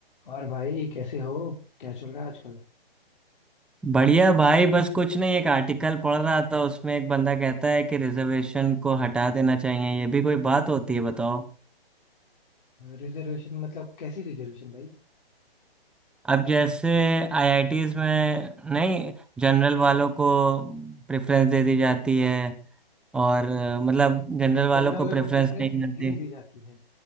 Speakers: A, on the left; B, in the centre.
A: और भाई कैसे हो क्या चल रहा है आजकल
B: बढ़िया भाई बस कुछ नहीं एक आर्टिकल पढ़ रहा था उसमें एक बंदा कहता है कि रिजर्वेशन को हटा देना चाहिए ये भी कोई बात होती है बताओ
A: रिजर्वेशन मतलब कैसी रिजर्वेशन भाई
B: अब जैसे आईआईटीज में नहीं जनरल वालों को प्रेफरेंस दे दी जाती है और अ, मतलब जनरल वालों
A: जनरल
B: को प्रेफरेंस
A: को प्रेफरेंस
B: नहीं
A: नहीं
B: मिलती
A: दी जाती है